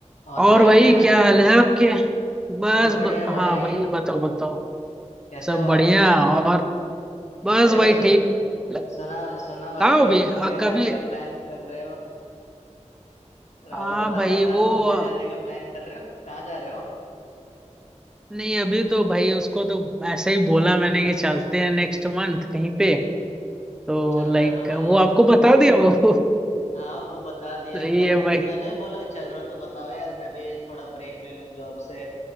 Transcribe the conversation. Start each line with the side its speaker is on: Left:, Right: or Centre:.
Left: और
Centre: और
Left: भाई
Centre: भाई
Left: क्या हाल
Centre: क्या हाल है आपके बस
Left: सब बढ़िया
Centre: ब...
Left: भाई
Centre: हाँ भाई बताओ बताओ
Left: कैसे
Centre: सब
Left: हो आप
Centre: बढ़िया और बस
Left: अरे
Centre: भाई
Left: सु,
Centre: ठीक ल-
Left: सुना सुना भाई
Centre: कहाँ
Left: कहीं
Centre: हो भाई
Left: घूमने
Centre: आ,
Left: जाने
Centre: कभी
Left: का प्लान कर रहे हो राहुल
Centre: हाँ
Left: बता
Centre: भाई
Left: रहा था
Centre: वो
Left: घूमने
Centre: आ,
Left: जाने का प्लान कर रहे हो कहाँ जा रहे हो
Centre: नहीं अभी तो भाई उसको तो ऐसे ही बोला मैंने कि चलते हैं नेक्स्ट मंथ कहीं पे तो
Left: चल रहे
Centre: लाइक
Left: हो तो भाई
Centre: वो आपको बता दिया वो <laughs>
Left: हाँ वो बता दिया
Centre: तो ये
Left: मैंने
Centre: भाई
Left: मैंने भी बोला चल रहे हो तो बताओ यार मैं भी थोड़ा ब्रेक ले लूँ जॉब से